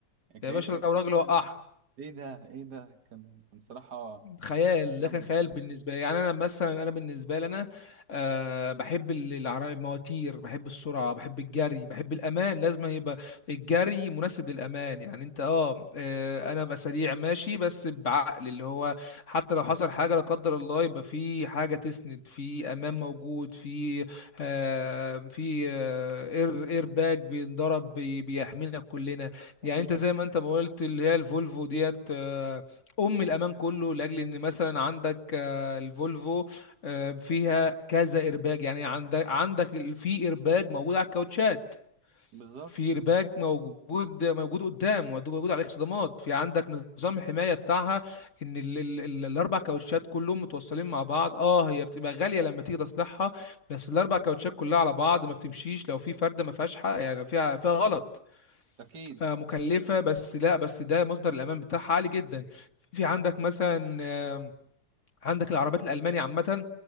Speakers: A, on the left (about 50°); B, on the right (about 85°).
A: يا
B: كانك
A: باشا لو
B: في
A: راجل
B: ايه
A: وقعها
B: يا عم؟ ايه ده ايه ده كان كان صراحه
A: خيال
B: جامده
A: ده كان خيال
B: يعني
A: بالنسبه لي يعني انا مثلا انا بالنسبه لي انا أه بحب ال- العرا- المواتير بحب السرعه بحب الجري بحب الامان لازم يبقى الجري مناسب للامان يعني انت اه آه، انا ابقى سريع ماشي بس بعقل اللي هو حتى لو حصل حاجه لا قدر الله يبقى في حاجه تسند في امان موجود في آه في آه اير اير باج بينضرب بي- بيحمينا كلنا يعني
B: اكيد
A: انت زي ما انت ما قلت اللي هي الفولفو ديت آه، ام الامان كله لاجل ان مثلا عندك آه، الفولفو آه، فيها كذا ايرباج يعني عندك عندك ال- في ايرباج موجود على الكاوتشات
B: بالظبط
A: في ايرباج موجود موجود قدام موجود على الاكسدامات في عندك نظام حمايه بتاعها ان ال ال ال الاربع كاوتشات كلهم متوصلين مع بعض اه هي بتبقى غاليه لما تيجي تصلحها بس الاربع كاوتشات كلها على بعض ما بتمشيش لو في فرده ما فيهاش حق يعني لو فيها فيها غلط
B: اكيد
A: آه، مكلفة بس لا بس ده مصدر الأمان بتاعها عالي جدا في عندك مثلا آه، عندك العربيات الألماني عامة